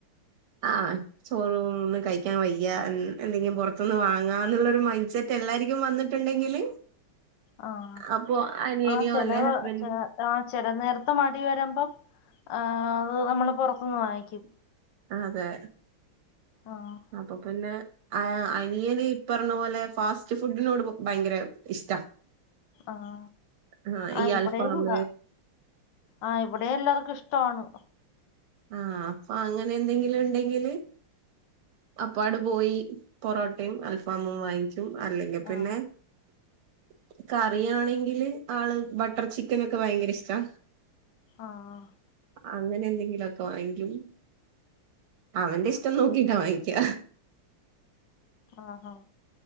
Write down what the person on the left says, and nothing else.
ആഹാ
ആഹാ ചെലവ്
ചേ- ആഹാ ചെല നേരത്ത് മടി വരുമ്പം- ആഹാ അത് നമ്മള് പുറത്തു നിന്ന് വാങ്ങിക്കും.
ആഹാ...
ആഹാ
ആഹാ
ഇവിടെയും
കൊള്ളാം. ആഹാ ഇവിടെ എല്ലാർക്കും ഇഷ്ടമാണ്.
ആഹ്
ആഹാ...
ആഹാ..